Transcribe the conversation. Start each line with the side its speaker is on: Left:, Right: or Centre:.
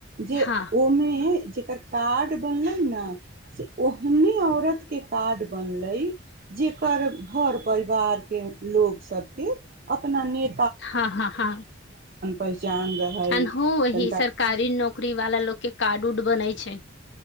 Right: जे
Left: हँ
Right: ओमे जे कार्ड बनलै न से ओहने औरतके कार्ड बनलै जेकर घर परिवार के लोग सबके अपना ने
Left: हँ हँ हँ
Right: पहचान रहै
Left: अनहो वहि
Right: तनिका
Left: सरकारी नौकरी वाला लोक के कार्ड उड बनाय छै